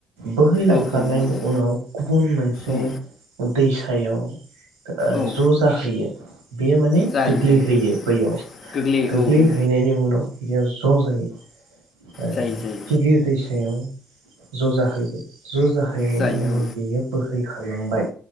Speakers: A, on the right; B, on the left.
A: बोहैलांखारनायनि
B: औ औ नंगौ
A: उनाव गुबुन मोनसे
B: औ
A: दैसा थायाव ओ
B: औ
A: ज जाहैयो बेयो माने
B: जायो
A: गोग्लैहैयो
B: जायो
A: बैयाव
B: गोग्लैयो
A: गोग्लैहैनायनि
B: औ औ
A: उनाव बेयाव ज' जायो ओ
B: जायो जायो
A: गिदिर दैसायाव ज‌ जाहैयो ज‌‌' जाहैनायनि
B: जायो
A: उनाव बियो बोहै खारलांबाय